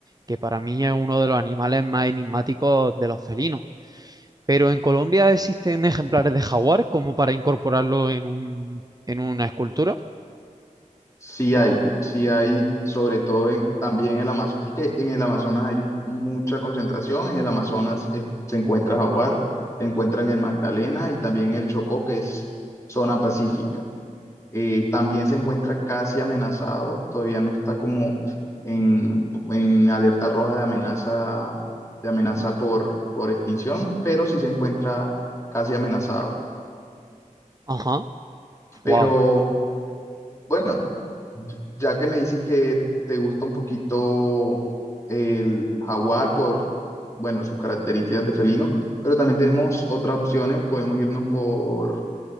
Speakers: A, on the right; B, on the left.
A: que para mí es uno de los animales más enigmáticos de los felinos, pero en Colombia existen ejemplares de jaguar como para incorporarlo en un, en una escultura.
B: Sí hay, sí hay, sobre todo en- también en el Amazonas. Es que en el Amazonas hay mucha concentración. En el Amazonas eh, se encuentra jaguar, se encuentra en el Magdalena y también en el Chocó, que es zona pacífica. Eh, también se encuentra casi amenazado, todavía no está como en, en alerta roja de amenaza, de amenaza por, por extinción, pero sí se encuentra casi amenazado.
A: Ajá,
B: Pero
A: wow,
B: bueno. Ya que me dices que te gusta un poquito el jaguar por, bueno, sus características de felino, pero también tenemos otras opciones. Podemos irnos por